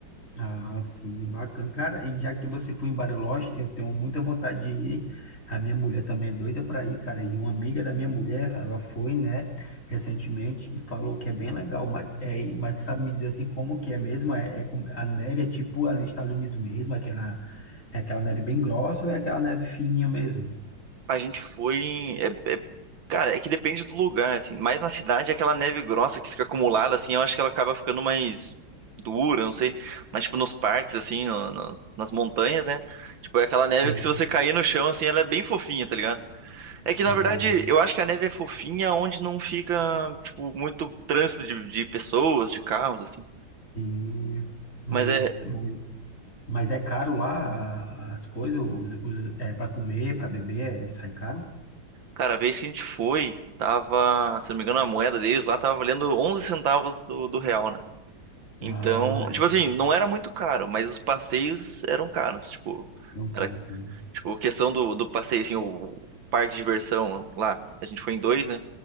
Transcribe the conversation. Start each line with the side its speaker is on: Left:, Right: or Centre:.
Left: Ah, sim, bacana. Cara, e já que você foi em Bariloche, eu tenho muita vontade de ir. A minha mulher também é doida para ir, cara. E uma amiga da minha mulher, ela foi, né, recentemente e falou que é bem legal. Mas, é, e- mas tu sabe me dizer assim como que é mesmo? É, é com- a neve é tipo ali nos Estados Unidos mesmo, aquela, é aquela neve bem grossa ou é aquela neve fininha mesmo?
Right: A gente foi em, é- é- cara, é que depende do lugar, assim. Mas na cidade, é aquela neve grossa que fica acumulada, assim, eu acho que ela acaba ficando mais dura, não sei. Mas, tipo, nos parques, assim, no- no- nas montanhas, né? Tipo, é aquela neve
Left: Sim.
Right: que se você cair no chão, assim, ela é bem fofinha, tá ligado? É que,
Left: Não,
Right: na verdade, eu acho que a neve é fofinha onde não fica, tipo, muito trânsito de, de pessoas, de carros, assim.
Left: sim. Mas,
Right: Mas é,
Left: mas Mas é caro lá a- as coisas, os, os, é para comer, para beber, é, sai caro?
Right: cara, a vez que a gente foi, tava, se não me engano, a moeda deles lá tava valendo 11 centavos do, do real, né? Então,
Left: Ah, na época,
Right: tipo assim, não era muito caro, mas os passeios eram caros. Tipo,
Left: não caros,
Right: era,
Left: né?
Right: tipo, questão do, do passeio, assim, o, o parque de diversão lá, a gente foi em dois, né?